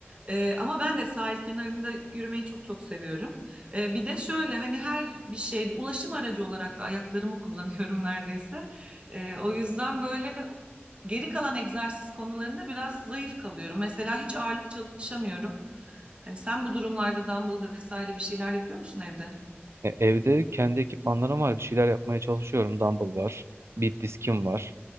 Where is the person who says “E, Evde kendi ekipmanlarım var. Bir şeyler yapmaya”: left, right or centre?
Right